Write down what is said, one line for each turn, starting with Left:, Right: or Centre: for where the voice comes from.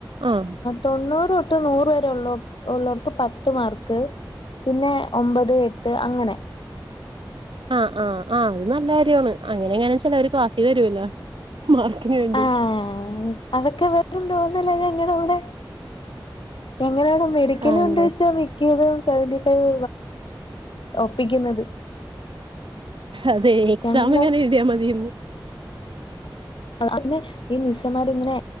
Right: ആഹ്
Left: തെണ്ണൂറ് തൊട്ട് നൂറ് വരെ ഉള്ള ഉള്ളോർക്ക് പത്ത് മാർക്ക്. പിന്നെ ഒമ്പത് എട്ട് അങ്ങനെ.
Right: ആഹ് ആഹ് ആ അത് നല്ല കാര്യാണ് അങ്ങനെ അങ്ങനെ ചെലവർ ക്ലാസ്സിൽ വരൂല്ല മാർക്കിന് വേണ്ടി
Left: ആഹ് അതൊക്കെ വെറും തോന്നല ഞങടെ ഇവടെ. ഞങ്ങളെവടെ മെഡിക്കല്
Right: ആണല്ലേ
Left: കൊണ്ട് വെച്ചാ ക്ക്യതും സെവന്റി ഫൈവ് ഒപ്പിക്കുന്നത്.
Right: അതെ എക്സാം
Left: ഞങ്ങള്
Right: ഇങ്ങനെ എഴുതിയാ മതീന്ന്.
Left: അന്നെ ഈ മിസ്സമാരിങ്ങനെ